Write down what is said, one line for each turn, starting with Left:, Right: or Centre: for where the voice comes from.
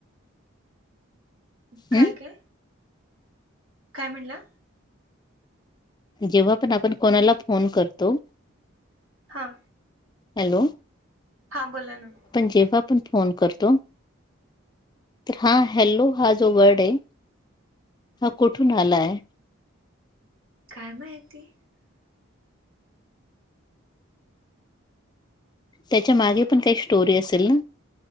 Right: काय
Left: हम्म
Right: काय काय म्हणला
Left: जेव्हा पण आपण कोणाला फोन करतो
Right: हां
Left: हॅलो
Right: हां बोला ना
Left: जेव्हाण फनतो हा हलो जो वड आहे हा कुठून आला आहे
Right: काय माहिती
Left: त्याच्या मागे पण काही स्टोरी असेल ना